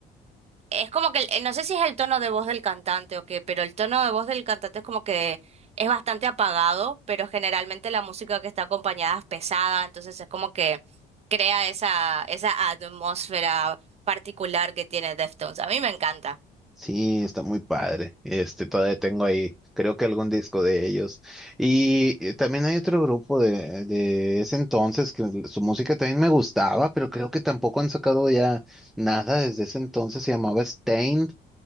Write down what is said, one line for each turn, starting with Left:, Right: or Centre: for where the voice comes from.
Right: Es como que, el- no sé si es el tono de voz del cantante o qué, pero el tono de voz del cantante es como que es bastante apagado, pero generalmente la música que está acompañada es pesada, entonces es como que crea esa, esa atmósfera particular que tiene Deftones. A mí me encanta.
Centre: Sí, está muy padre. Este, todavía tengo ahí, creo que algún disco de ellos. Y eh, también hay otro grupo de, de ese entonces que l- su música también me gustaba, pero creo que tampoco han sacado ya nada desde ese entonces. Se llamaba Stained.